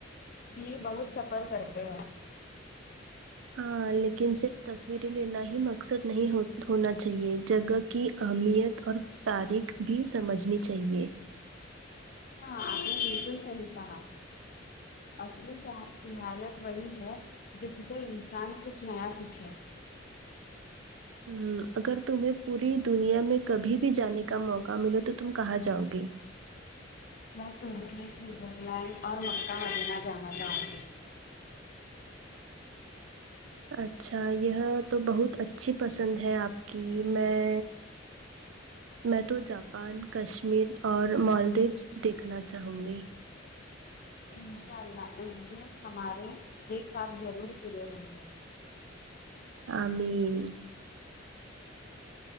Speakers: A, on the left (about 50°); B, on the right (about 80°).
A: بھی بہت سفر کرتے ہیں
B: ہاں لیکن صرف تصویریں لینا ہی مقصد نہیں ہونا چاہیے جگہ کی اہمیت اور تاریخ بھی سمجھنی چاہیے
A: ہاں اپ نے بالکل صحیح کہا اصلی صحیحات وہی ہے جس سے انسان کچھ نیا سیکھے
B: ھممم اگر تمہیں پوری دنیا میں کبھی بھی جانے کا موقع ملو تو تم کہاں جاؤ گی
A: میں ترکی سوزی لینڈ اور مکہ مدینہ جانا چاہوں گی
B: اچھا یہ تو بہت اچھی پسند ہے اپ کی میں میں تو جاپان کشمیر اور مالدیوس دیکھنا چاہوں گی
A: انشاء اللہ ایک دن ہمارے دیکھ نیک کام ضرور پورے ہوں گے
B: آمین